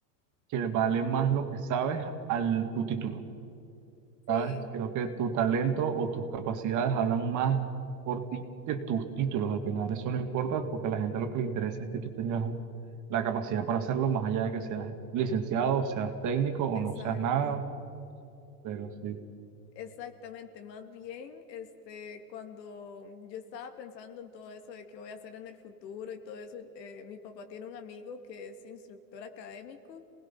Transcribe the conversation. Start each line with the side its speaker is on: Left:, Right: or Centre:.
Right: que vale más lo que sabes al tu título.
Left: Sí,
Right: ¿sabes? Creo que tu talento o tus capacidades hablan más por ti que tus títulos. Al final eso no importa porque a la gente lo que le interesa es que tú tengas un- la capacidad para hacerlo, más allá de que seas licenciado, seas técnico o
Left: exacto.
Right: no seas nada, pero sí.
Left: Exactamente, más bien, este, cuando yo estaba pensando en todo eso de qué voy a hacer en el futuro y todo eso, eh, mi papá tiene un amigo que es instructor académico,